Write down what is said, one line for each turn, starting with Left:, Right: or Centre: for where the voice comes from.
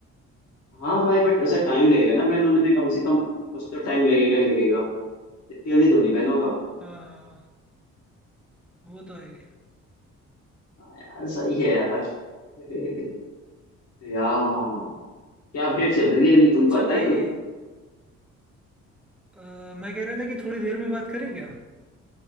Left: हाँ भाई बट उसे टाइम लगेगा ना बैन होने में कम से कम कुछ तो टाइम लगेगा ही लगेगा इतनी जल्दी तो नहीं बैन होगा
Centre: हाँ हाँ वो तो है ही।
Left: हाँ यार सही है यार <laughs> यार क्या अपडेट चल रही है अभी तुम
Centre: अच्छा
Left: पता
Centre: भाई
Left: है कुछ
Centre: अ, मैं कह रहा था कि थोड़ी देर में बात करें क्या